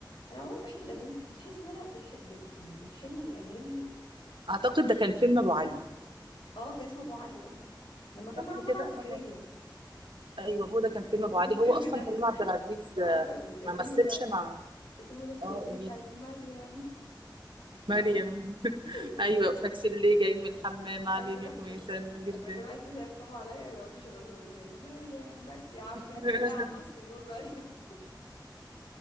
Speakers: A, on the left; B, on the right.
A: أنا عموما بحب الأغاني بتحس إن أنا بحب يعني بتحني الأغاني
B: اعتقد ده كان فيلم
A: لطيفة
B: ابو علي
A: كده أه كان اسمه أبو علي أه لما
B: صح
A: كان معاه طلعت
B: كده
A: زكريا
B: هو ايوه هو ده كان فيلم
A: أيوة
B: ابو
A: وفي
B: علي
A: الفيلم
B: هو اصلا
A: ده
B: كريم عبد العزيز
A: لو
B: آه،
A: عارفة ال- الفيلم
B: ما مثلش
A: ده
B: مع
A: الفيلم ده فيه الأغنية
B: اه قولي
A: بتاعت مريم
B: مريم <laughs>
A: <laughs> لما
B: ايوه
A: كنت
B: تاكسي اللي جاي من الحمام عليه
A: أيوه
B: خميسه من جردان
A: لما يكونوا عايزين يرخموا عليا يقعدوا يشغلوا لي الأغنية دي مريم بس يا عم
B: <laughs>
A: بقالنا ساعة ونص بنقول مريم